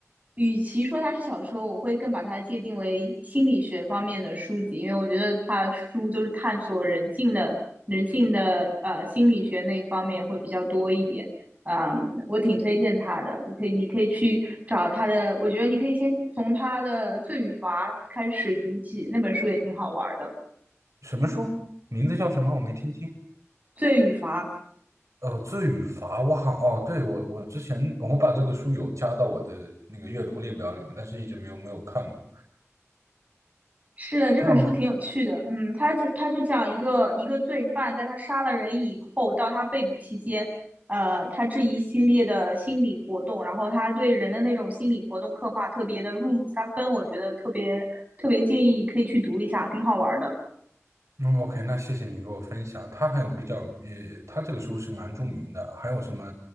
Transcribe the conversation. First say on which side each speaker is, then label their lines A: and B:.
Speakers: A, on the right (about 30°); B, on the right (about 75°).
A: 与其说它是小说，我会更把它界定为心理学方面的书籍，因为我觉得他书就是探索人性的人性的呃心理学那一方面会比较多一点。嗯，我挺推荐他的，我可以，你可以去找他的。我觉得你可以先从他的《罪与罚》开始读起，那本书也挺好玩儿的，
B: 什么书？名字叫什么？我没听清。
A: 《罪与罚》
B: 呃，罪与罚，我好哦，对我我之前我把这个书有加到我的那个阅读列表里面，但是一直没有没有看过。
A: 是的，这本书挺有趣的。
B: 他有
A: 嗯，他他就讲一个一个罪犯，在他杀了人以后，到他被捕期间，呃，他这一系列的心理活动，然后他对人的那种心理活动刻画特别的入木三分，我觉得特别特别建议可以去读一下，挺好玩儿的。
B: 嗯，OK，那谢谢你给我分享。他还有比较也，他这个书是蛮著名的，还有什么